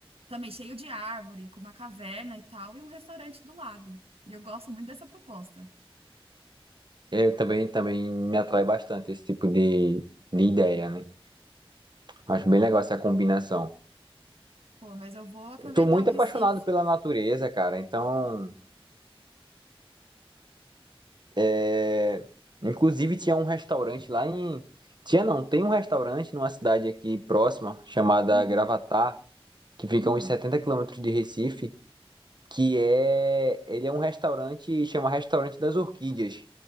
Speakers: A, on the right; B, on the right.
A: também cheio de árvore, com uma caverna e tal, e um restaurante do lado. E eu gosto muito dessa proposta.
B: Eu também, também me atrai bastante esse tipo de, de ideia, né? Acho bem legal essa combinação.
A: Pô, mas eu vou aproveitar
B: Tô muito
A: o Recife.
B: apaixonado pela natureza, cara. Então, é... inclusive tinha um restaurante lá em. Tinha não, tem um restaurante numa cidade aqui próxima, chamada
A: Uhum.
B: Gravatar, que fica
A: Hum.
B: a uns 70 quilômetros de Recife, que é. Ele é um restaurante, chama Restaurante das Orquídeas,